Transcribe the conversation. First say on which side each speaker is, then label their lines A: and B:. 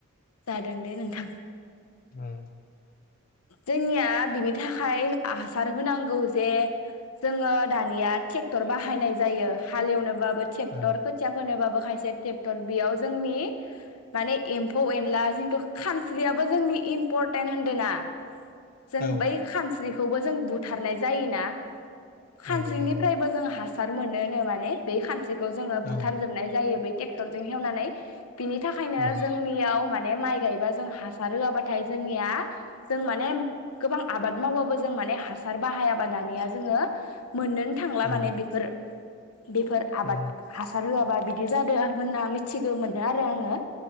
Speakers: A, on the left; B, on the left.
A: जादों दे नोंथां।
B: उम।
A: जोंनिया बिनि नि थाखाय हासार होनांगौ। जे जोङो दानिया ट्रेक्टर बाहायनाय जायो हालेवनोबा बो ट्रेक्टर
B: औ
A: खोथिया फोनोबबाबो खायसेया टेक्टार बेयाव जोंनि माने एम्फौ एनला जिन्थु खानस्रियाबो जोंनि इम्परटेन्ट होन्दों ना जों
B: औ
A: बै खानस्रि खौबो जों बुथारनाय जायोना। खानस्रिनिफ्रायबो
B: नंगौ नंगौ
A: जों हासार मोनो नो माने बे खानस्रि खौ जोङो बुथारजोबनाय
B: औ
A: जायो बे ट्रेक्टरजों हेवनानै बिनि थाखायनो
B: औ
A: जोंनियाव मान बे माइ गायोबा जों हासार होआबाथाय जोंनिया जों माने गोबां आबाद मावबाबो जों माने हासार बाहायाबा दानिया जोङो मोननोनो थांला
B: औ
A: माने बेफोर बेफोर आबाद
B: उम
A: हासार होआ बा बिदि जादों होनना मिथिगो मोनो आरो आङो।